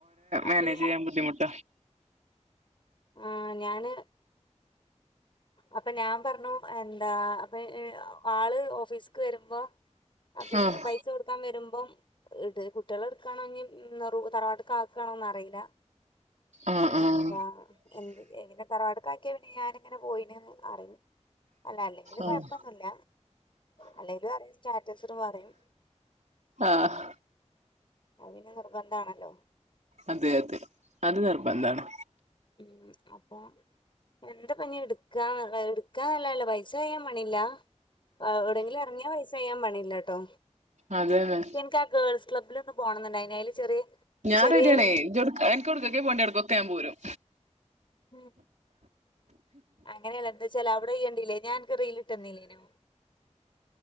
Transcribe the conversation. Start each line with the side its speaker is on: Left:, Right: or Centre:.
Left: അപ്പൊ
Right: മാനേജിയ്യാൻ
Left: ഞാൻ
Right: ബുദ്ധിമുട്ട
Left: ആഹ് ഞാന് അപ്പൊ ഞാൻ പറഞ്ഞു എന്താ അപ്പൊ ആള് ഓഫീസ്ക്ക് വരുമ്പോ അഭി
Right: ആഹ്
Left: പൈസ കൊടുക്കാൻ വരുമ്പം ഇത് കുട്ടിയെളെ എടുക്കണോ ഇഞ്ഞി തറവാട്ടിക്ക് ആക്കാണോന്നറിയില്ല
Right: ആഹ് ആഹ്
Left: എന്താ എന്ത് പിന്നെ തറവാടക്ക് ആക്കിയാ പിന്നെ ഞാനങ്ങനെ പോയിന്നേ ന്ന് അറിയും അല്ല അല്ലെങ്കിലും
Right: ആഹ്
Left: കുഴപ്പൊന്നുല്ല അല്ലെങ്കിലും അറിയും സ്റ്റാറ്റസിടുമ്പോ അറിയും
Right: ആഹ്
Left: അത്‌ പിന്നെ നിർബന്ധ ആണല്ലോ
Right: അതെ അതെ അത് നിർബന്താണ്
Left: ഉം അപ്പൊ എന്തപ്പഞ് എടുക്കാ എടുക്കാന്നല്ല പൈസ കയ്യാൻ പണില്ല എവിടെങ്കിലും ഇറങ്ങിയ പൈസ കയ്യാൻ പണിയില്ലാട്ടോ
Right: അതെന്നെ
Left: എനിക്ക് ആ ഗേൾസ് ക്ലബ്ബിൽ ഒന്ന് പോണംന്നുണ്ടായിന്നു അതി ല് ചെറിയ
Right: ഞാൻ
Left: ചെറിയ
Right: റെഡിയാണേ ഇജ്ജ് എവ്ടക്കൊക്കെ അനക്ക എവിടുക്കൊക്കെ പോണ്ടിഅവിടുക്കൊക്കെ ഞാൻ പോരും
Left: ഉം അങ്ങനെയല്ല എന്താച്ചാല് അവിടെ യ്യണ്ടീലേ ഞാൻ അനക് റീല് ട്ടന്നില്ലേനോ